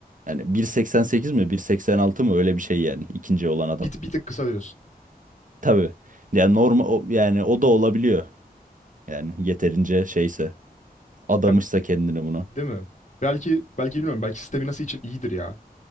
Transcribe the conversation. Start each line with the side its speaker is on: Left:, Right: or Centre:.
Right: yani 1.88 mi 1.86 mı öyle bir şey yani ikinci olan adam.
Left: Bir, bir tık kısa diyorsun.
Right: Tabii. Yani normal yani o da olabiliyor. Yani yeterince şeyse adamışsa
Left: Ya,
Right: kendini buna.
Left: değil mi? Belki belki bilmiyorum. Belki sistemi nasıl için iyidir ya.